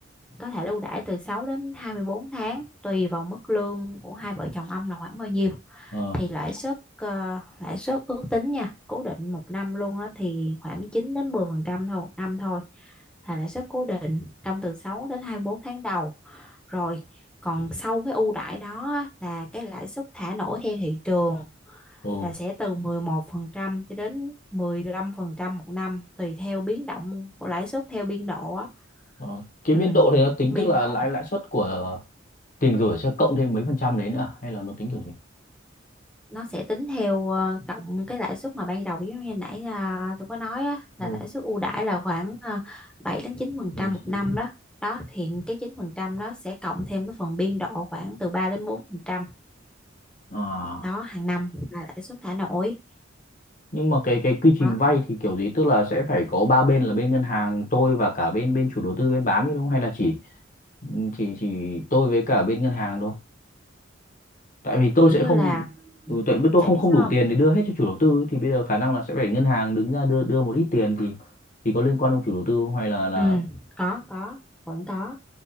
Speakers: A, in the centre; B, on the left (about 45°).
A: có thể là ưu đãi từ 6 đến 24 tháng tùy vào mức lương của hai vợ chồng ông là khoảng bao nhiêu
B: ờ
A: thì lãi suất ờ, lãi suất ước tính nha cố định một năm luôn đó thì khoảng 9 đến 10 phần trăm thôi một năm thôi là lãi suất cố định trong từ 6 đến 24 tháng đầu rồi còn sau cái ưu đãi đó á, là cái lãi suất thả nổi theo thị trường
B: Ồ,
A: là sẽ từ 11% cho đến 15% một năm tùy theo biến động của lãi suất theo biên độ á.
B: ờ. Cái
A: Ừ.
B: biên độ thì nó tính
A: Biên
B: tức là
A: độ
B: lãi lãi suất của tiền gửi sẽ cộng thêm mấy phần trăm đấy nữa à? hay là nó tính kiểu gì?
A: nó sẽ tính theo ờ, cộng cái lãi suất mà ban đầu giống như nãy là tôi có nói á, là
B: Ồ,
A: lãi suất ưu đãi là khoảng ờ, 7 đến 9%
B: đây
A: một
B: chiếm.
A: năm đó. Đó thì cái 9% đó sẽ cộng thêm cái phần biên độ khoảng từ 3 đến 4%
B: À,
A: đó hàng năm là lãi suất thả nổi.
B: nhưng mà cái cái quy trình
A: Đó.
B: vay thì kiểu gì tức là sẽ phải có ba bên là bên ngân hàng tôi và cả bên bên chủ đầu tư bên bán chứ đúng không hay là chỉ chỉ chỉ tôi với cả bên ngân hàng thôi. Tại vì tôi
A: kiểu
B: sẽ
A: như
B: không
A: là
B: ừ, tại vì tôi
A: tại
B: không
A: biết
B: không
A: sao
B: đủ tiền
A: không
B: để đưa hết cho chủ đầu tư ấy, thì bây giờ khả năng là sẽ phải ngân hàng đứng ra đưa đưa một ít tiền thì thì có liên quan ông chủ đầu tư không hay là là
A: ừ có có vẫn có